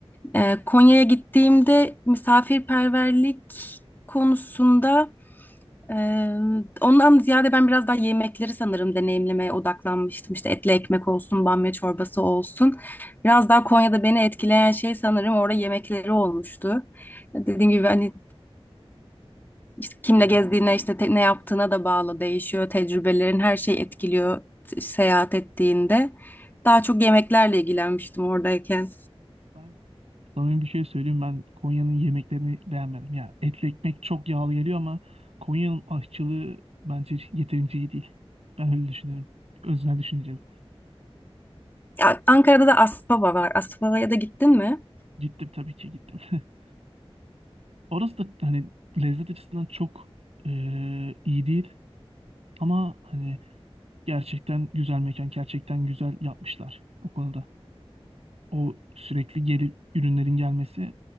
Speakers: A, on the left; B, on the right.
A: E, Konya'ya gittiğimde misafirperverlik konusunda e, ondan ziyade ben biraz daha yemekleri sanırım deneyimlemeye odaklanmıştım. İşte etli ekmek olsun, bamya çorbası olsun. Biraz daha Konya'da beni etkileyen şey sanırım orada yemekleri olmuştu. Dediğim gibi hani işte kimle gezdiğine işte te- ne yaptığına da bağlı değişiyor. Tecrübelerin her şey etkiliyor t- seyahat ettiğinde. Daha çok yemeklerle ilgilenmiştim oradayken.
B: Ben Samimi bir şey söyleyeyim ben Konya'nın yemeklerini beğenmedim. Ya etli ekmek çok yağlı geliyor ama Konya'nın aşçılığı bence yeterince iyi değil. Ben öyle düşünüyorum. Öznel düşüncem.
A: Ya, Ankara'da da Aspava var. Aspava'ya da gittin mi?
B: Gittim tabii ki gittim. <laughs> Orası da hani lezzet açısından çok eee, iyi değil ama hani gerçekten güzel mekan, gerçekten güzel yapmışlar o konuda. O sürekli gelip ürünlerin gelmesi